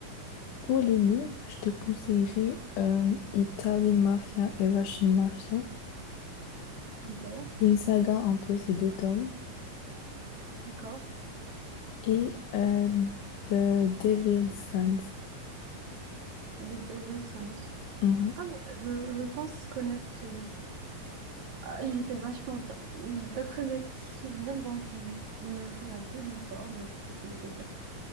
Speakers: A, on the left (about 70°); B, on the right (about 55°).
A: pour les livres, je te conseillerais euh, Italian Mafia et Russian Mafia.
B: Ok,
A: C'est une saga un peu, ces deux tomes.
B: d'accord.
A: Et euh, The Devil's Sons.
B: De David Sims.
A: Mhm.
B: Ah, mais je, je pense connaître celui-ci. Ah, il était vachement bien. D'après mes petits souvenirs, bon, je, m- je me souviens plus de l'histoire, mais je sais qu'il était bien.